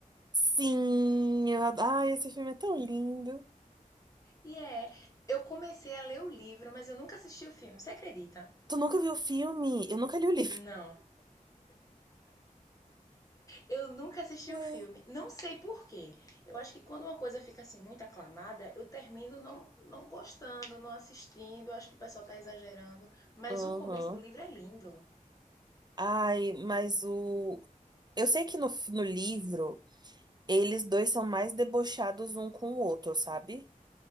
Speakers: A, on the right; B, on the left.
A: Sim, eu adoro. Ai, esse filme é tão lindo.
B: E é, eu comecei a ler o livro, mas eu nunca assisti o filme. Você acredita?
A: Tu nunca viu o filme? Eu nunca li o livro.
B: Não. Eu nunca assisti
A: É.
B: o filme. Não sei por quê. Eu acho que quando uma coisa fica assim muito aclamada, eu termino não, não gostando, não assistindo. Eu Acho que o pessoal tá exagerando. Mas
A: Aham.
B: o começo do livro é lindo.
A: Ai, mas o. Eu sei que no, no livro. Eles dois são mais debochados um com o outro, sabe?